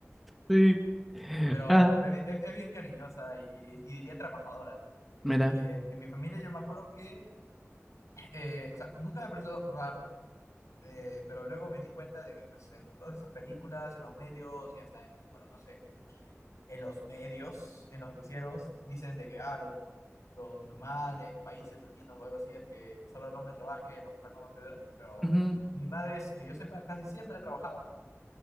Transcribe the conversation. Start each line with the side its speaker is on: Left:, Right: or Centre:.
Centre: Sí.
Left: pero,
Centre: Ah,
Left: pero es, es- es bien cariñosa y, y- y diría trabajadora,
Centre: mira.
Left: porque en, en mi familia yo me acuerdo que, eh, o sea, nunca me pareció raro, eh, pero luego me di cuenta de que pues en todas esas películas, en los medios y hasta en, bueno, no sé, en los medios, en los noticieros, dicen de que ah, lo, lo normal en países latinos o algo así es que solo el hombre trabaje, la mujer no, etcétera. Pero
Centre: Ujú,
Left: mi madre, es que yo sepa, casi siempre ha trabajado.